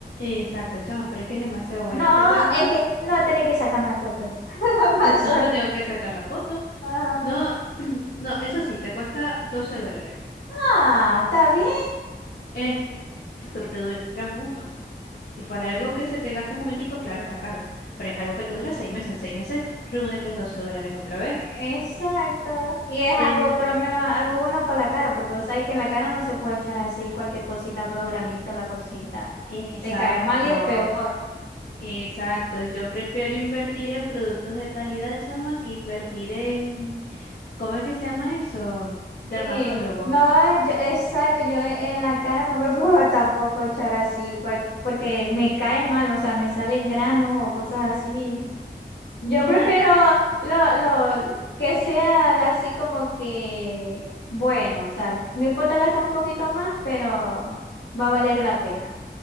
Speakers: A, on the left; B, on the left.
A: Exacto, chama, pero es que es demasiado buena.
B: No,
A: Te cuesta,
B: es que no tenés que sacarme la foto. <laughs> La pasar.
A: te- no te tengo que sacar la foto.
B: Ah,
A: No, <clears throat> no, eso sí, te cuesta 12 dólares.
B: ah, está bien.
A: Es- Exacto, que te dura mucho. Si fuera algo que se te gaste un momentico, claro, está caro, pero es algo que te dura seis meses. En seis meses reúnes los 12 dólares otra vez.
B: Exacto. Y es algo,
A: En-
B: por lo menos, algo bueno para la cara, porque vos sabés que en la cara no se puede echar así cualquier cosita por los granitos, la cosita.
A: Exacto,
B: Te cae mal y es peor.
A: exacto. Yo prefiero invertir en productos de calidad, chama, que invertir en, ¿cómo es que se llama eso? Dermatólogo.
B: Sí. No, yo- exacto, yo e- en la cara no me <laughs> puedo tampoco echar así, cual- porque me cae mal, o sea, me salen granos o cosas así. Yo
A: Mija,
B: prefiero lo, lo que sea la- así como que, bueno, o sea, no importa gastar un poquito más, pero va a valer la pena.